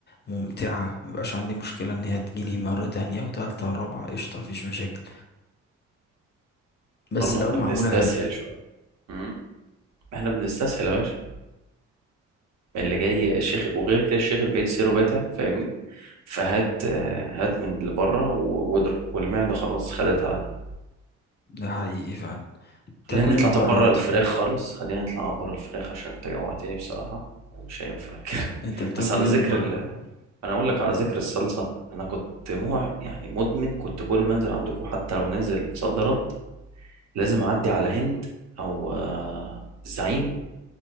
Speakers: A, on the left; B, on the right.
A: ممتعه مبقاش عندي مشكله ان هي تجيلي مره تانية وتالتة ورابعه قشطه مفيش مشاكل بس
B: برضه
A: لو
B: احنا
A: معموله
B: بنستسهل
A: حلو
B: شويه مم. احنا بنستسهل يا باشا ما اللي جاي الشيخ وغير كده الشيخ البعيد سيره باتع فاهمني فهات آه، هات من اللي بره و- واضرب والمعده خلاص خدت على ده
A: ده حقيقي فعلا
B: خلينا
A: تاكل
B: نطلع
A: ايه من
B: طب
A: بره
B: بره
A: انت
B: الفراخ خالص خلينا نطلع بره الفراخ عشان انت جوعتني بصراحة ومش هينفع كده <laughs>
A: انت بتاكل
B: بس على ذكر
A: ايه من بره
B: ال... انا اقول لك على ذكر الصلصة انا كنت مو يعني مدمن كنت كل ما انزل عندكم حتى لو نازل صد رد لازم اعدي على هند او آه، الزعيم